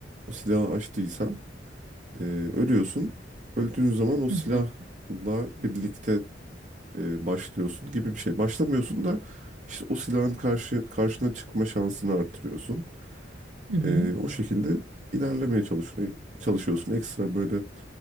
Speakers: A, on the right; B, on the right.
A: o silahı açtıysan e, ölüyorsun. Öldüğün zaman o silahla
B: Hı hı.
A: birlikte e, başlıyorsun gibi bir şey. Başlamıyorsun da işte o silahın karşı karşına çıkma şansını arttırıyorsun.
B: Hı hı.
A: E, o şekilde ilerlemeye çalışıyorsun, çalışıyorsun. Ekstra böyle